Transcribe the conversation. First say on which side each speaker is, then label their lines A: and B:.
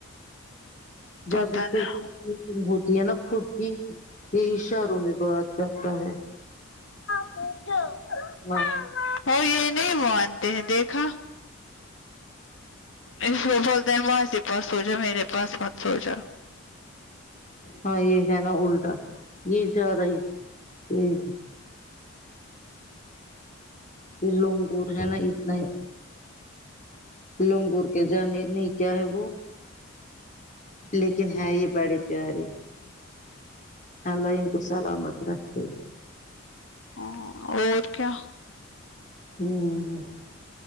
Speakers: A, on the left; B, on the left.
A: جب
B: پتہ
A: اسک
B: نہیں
A: <unintelligible> ہوتی ہے نا خود کی یہ اشاروں میں بات کرتا ہے
B: <inaudible>
A: ہاں
B: تے ہیں دیکھا اس بو <unintelligible> لتے ہیں ماںسی پاس سو جا میرے پاس مت سو جا
A: ہاں یہ ہے نا اللٹا یہ زیادہ ہی ہے یہ یہ لنگور ہے نا اتنا لنگور کے جانے نہیں کیا ہے وہ لیکن ہے یہ بڑے پیارے الله انکو سلامت رکھے
B: ہوں اور کیا
A: ہ